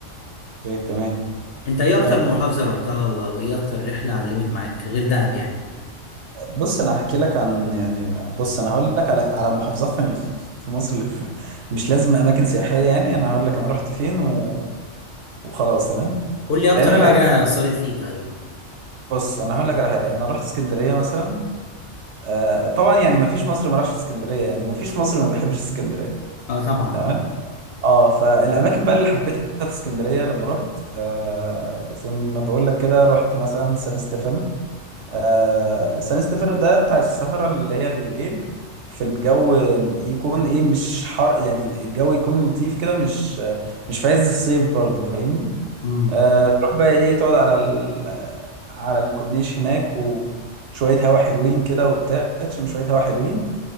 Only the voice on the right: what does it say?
اوكي تمام
حلو
بص انا هحكي لك عن يعني بص انا هقول لك على على المحافظات اللي في في مصر اللي في مش لازم اماكن سياحيه يعني انا هقول لك انا رحت فين و... وخلاص تمام
لان
انا
بص انا هقول لك على حاجه انا رحت اسكندريه مثلا آه طبعا يعني ما فيش مصري ما راحش اسكندريه يعني ما فيش مصري ما بيحبش اسكندريه
تمام اه فالاماكن بقى اللي حبيتها في اسكندريه لما رحت آه زي ما بقول لك كده رحت مثلا سان ستيفانو آه سان ستيفانو ده بتاع السهرة اللي هي بالليل في الجو يكون ايه مش حر يعني الجو يكون لطيف كده مش مش في عز الصيف برضو فاهمني
آه تروح بقى ايه تقعد على ال... على الكورنيش هناك وشوية هوا حلوين كده وبتاع تشم شوية هوا حلوين